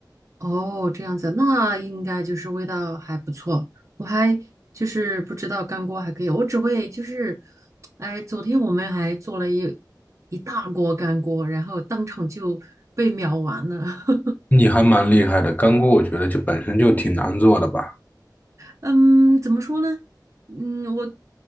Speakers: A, on the right; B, on the left.
A: 哦，这样子，那应该就是味道还不错。我还就是不知道干锅还可以，我只会就是，哎，昨天我们还做了一一大锅干锅，然后当场就被秒完了。<laughs>
B: 你还蛮厉害的，干锅我觉得就本身就挺难做的吧？
A: 嗯，怎么说呢？嗯，我